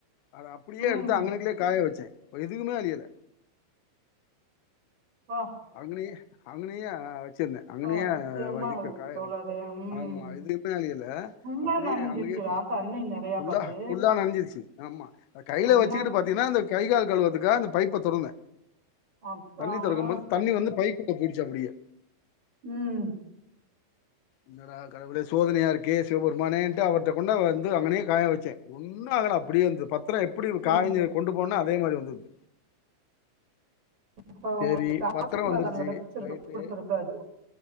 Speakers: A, on the left; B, on the right.
A: அத அப்படியே
B: ம்.
A: எடுத்து அங்கினக்குள்ளே காய வச்ச எதுவுமே அழியல
B: அப்பா!
A: அங்கநேயே அங்கனய வச்சிருந்த
B: அப்பா!
A: அங்கனயே
B: அதிசயமா
A: வ
B: இருக்கு
A: காய
B: தோழரே!
A: வ
B: ம்.
A: ஆமா எதுமே அழியல
B: ஃபுல்லா
A: அப்படியே
B: நனஞ்சிருச்சா
A: அங்கயே ஃபுல்லா
B: தண்ணி நெறையா பட்டு?
A: ஃபுல்லா நனஞ்சிருச்சு ஆமா அது கையில
B: அம்மா!
A: வச்சுக்கிட்டு பாத்தீங்கன்னா இந்த கை கால் கழுவதுக்காக அந்த பைப்ப தொறந்த
B: அப்பா!
A: தண்ணி துறக்கும்
B: ஆ.
A: போது தண்ணி வந்து பைக்குள்ள போயிடுச்சு அப்படியே
B: உம்
A: என்னடா கடவுளே சோதனையா இருக்கே சிவபெருமானேட்டு அவர்ட்ட கொண்டு வந்து அங்கனே காய வச்சே ஒன்னும் ஆகல அப்படியே வந்து பத் திரம் எப்படி
B: ம்.
A: காய் கொண்டு போனானோ அதே அதே மாரி வந்தது
B: அப்ப
A: சேரி
B: உங்களுக்கு
A: பத்திரம் வந்துருச்சு
B: பதம் கிடைச்சிருக்கு
A: ரைட்டு
B: குடுத்துருக்காரு.